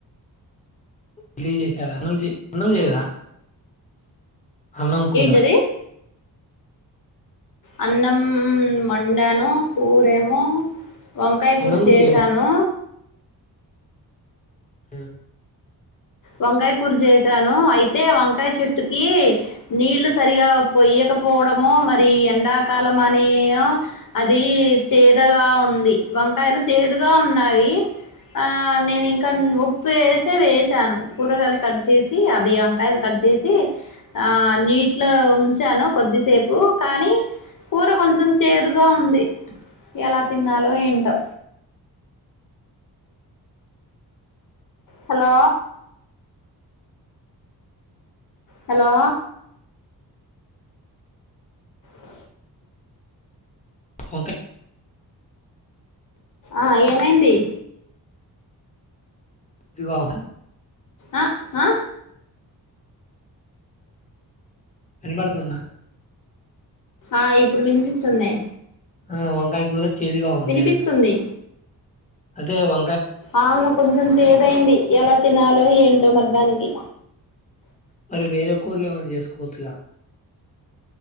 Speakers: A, on the left; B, on the left.
A: ఇడ్లీ చేసారా అన్నం అన్నం చెయ్యలేదా అన్నం కూరా
B: ఏంటది అన్నం వండాను కూరేమో వంకాయ
A: అన్నం
B: కూర చేసాను
A: చేయదా మ్
B: వంకాయ కూర చేసాను అయితే వంకాయ చెట్టుకి నీళ్లు సరిగా పొయ్యొక పోవడమో మ అది ఎండాకాలం అనిో అది చేదుగా ఉంది వంకాయలు చేదుగా ఉన్నవి ఆ నేను ఇంకా ఉప్పు వేసి వేసాను కూరగాయలు కట్ చేసి అవి వంకాయలు కట్ చేసి ఆ నీటిలో ఉంచాను కొద్దిసేపు కానీ కూర కొంచెం చేదుగా ఉంది ఎలా తిన్నాలో ఏంటో హలో హలో ఆ
A: వంకాయ
B: ఆ ఏమైంది
A: ఇగావునా
B: ఆ ఆా
A: వినిపడుతుందా
B: ఆ ఇప్పుడు వినిపిస్తు సున్నా
A: ఆ వంకాయ గుర చేదుగా ఉంది
B: వినిపిస్తుంది
A: అదే వా
B: అవును కొంచెం చేదైంది ఎలా పద్నాాలుగు ఏంటో మధధనికి
A: మరి వేరే కూరలు ఏమైన్నా చేసుకోవచ్చుగా